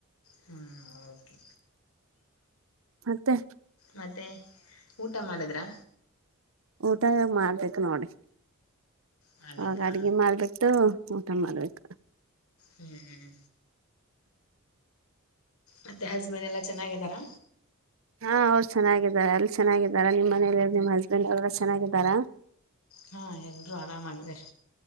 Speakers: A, on the left; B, on the right.
A: ಹಾ ಓಕೆ.
B: ಮತ್ತೆ.
A: ಮತ್ತೆ ಊಟ ಮಾಡಿದ್ರಾ.
B: ಊಟ ಇವಾಗ ಮಾಡ್ಬೇಕು ನೋಡಿ
A: ಮಾಡ್ಬೇಕಾ
B: ಇವಾಗ ಅಡಗಿ ಮಾಡಬಿಟ್ಟು. ಊಟ ಮಾಡ್ಬೇಕು.
A: ಹೂ ಮತ್ತೆ ಹಸ್ಬೆಂಡ್ ಎಲ್ಲ ಚೆನ್ನಾಗಿದ್ದಾರಾ.
B: ಹಾ ಅವ್ರು ಚೆನ್ನಾಗಿದ್ದಾರೆ ಅಲ್ಲಿ ಚೆನ್ನಾಗಿದ್ದಾರ ನಿಮ್ ಮನೇಲಿರರು ನಿಮ್ ಹಸ್ಬೆಂಡ್ ಅವ್ರಗ ಚೆನ್ನಾಗಿದ್ದಾರಾ
A: ಹಾ ಎಲ್ರೂ ಆರಾಮಾಗಿದ್ದಾರೆ